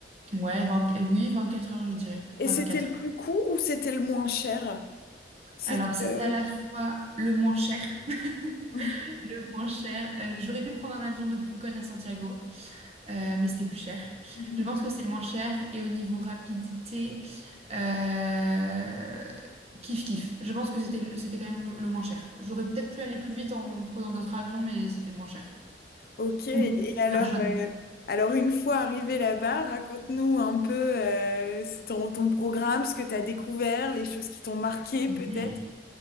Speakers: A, on the right; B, on the left.
A: Ouais, 20 euh, oui, 24 heures, je dirais.
B: Et
A: 24
B: c'était le
A: heures.
B: plus court ou c'était le moins cher? C'était...
A: Alors, c'était
B: euh,
A: à la fois le moins cher,
B: mhm,
A: <laughs> le moins cher. Euh, j'aurais pu prendre un avion de Pucón à Santiago, euh, mais c'était plus cher.
B: mhm.
A: Je pense que c'est le moins cher. Et au niveau rapidité, euh, kiff kiff. Je pense que c'était le- c'était quand même le, le moins cher. J'aurais peut-être pu aller plus vite en prenant d'autres avions, mais c'était le moins cher.
B: Ok, et
A: Donc,
B: alors,
A: c'est un choix
B: euh, alors une fois arrivé là-bas, raconte-nous un peu euh, c'est ton, ton programme, ce que tu as découvert, les choses qui t'ont marqué peut-être.
A: de...